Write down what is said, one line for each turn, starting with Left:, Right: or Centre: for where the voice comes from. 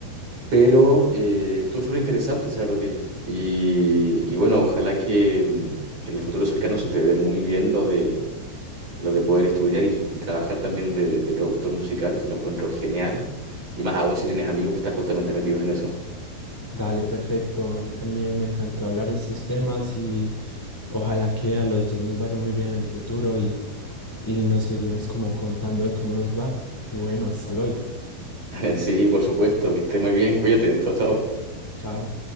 Right: pero eh, estuvo súper interesante saber de ti. Y, y bueno, ojalá que, mm, que en el futuro cercano se te dé muy bien lo de, lo de poder estudiar y, y trabajar también de, de productor musical, que lo encuentro genial. Y más aún si tienes amigos que están justamente metidos en eso.
Centre: dale, perfecto. A mí también me encantó hablar de estos temas y ojalá que a los dos nos vaya muy bien en el futuro y y nos seguimos como contando de cómo nos va. Y bueno, hasta luego.
Right: <laughs> Sí, por supuesto, que estés muy bien, cuídate, chao, chao.
Centre: Chao.